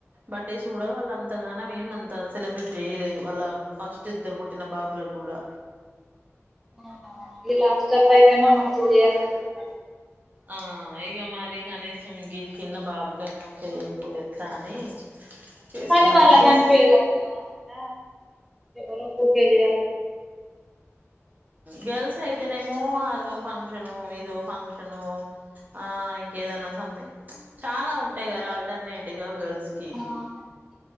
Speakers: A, on the right (about 35°); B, in the centre.
A: బర్త్డేస్ కూడా వాళ్ళ అంతగాన ఏేమంత సెలబ్రేట్ చేయలేదు వాళ్ళ ఫస్ట్ ఇద్దరు పుట్టిన బాబులకు కూడా
B: ఆ ఈ లాస్ట్ర్ పైక అయినా మంచి చేయాలినుకుంటారు
A: ఆ ఇక మరిీ కనీసం ఈ చిిన్న బాబుకనా మన చేయకపోతే ఎట్లా అని చేసుకుందామని
B: కానీ వాళ్ళ
A: డిస్
B: కనిపయేది అద్ద అయినా వరకుకేజ
A: గర్ల్స్ అయితేనేమో అదో ఫంక్షను ఇదో ఫంక్షను ఆ ఇంకేదన్నా సంథింగ్ చాలా ఉంటాయి గారుా ఆల్టర్నేటివ్గా గర్ల్స్ స్కిే
B: ఆ